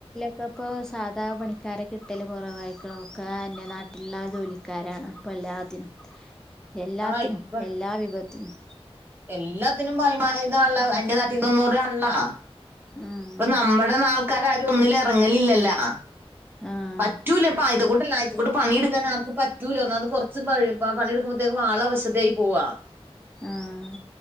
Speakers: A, in the centre; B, on the right (about 20°).
A: ഇപ്പപ്പോ സാധാ പണിക്കാരെ കിട്ടല് കുറവായിക്കെ ഒക്കെയാ അന്യനാട്ടിലുള്ള ആ ജോലി ക്കാരാണ് അപ്പൊ എല്ലാത്തിനും
B: <inaudible>
A: എല്ലാത്തിനും
B: ആഹ് ഇപ്പ
A: എല്ലാ വിഭവത്തിനും
B: എല്ലാത്തിനും ബായി മാ ഇതാണ്ള്ളോ അന്യ നാട്ടീന്ന് വന്നോരാണള്ളോ
A: ആഹ്
B: ഇപ്പൊ നമ്മടെ ന്നാൾക്കാര് ആരും ഒന്നില് ഇറങ്ങലില്ലല്ലോ
A: ആഹ്
B: പറ്റൂല അപ്പ ഇതു കൂട്ട് ലായ് ഇതുക്കൂട്ട് പണിയെടുക്കാൻ ആർക്ക് പറ്റൂല്ല ഒന്നാത് കുറച്ച് പഴ് പണിയെടുക്ക് മ്പോഴേക്ക് ആള് അവശതയായി പോവാ <inaudible>
A: ആഹ്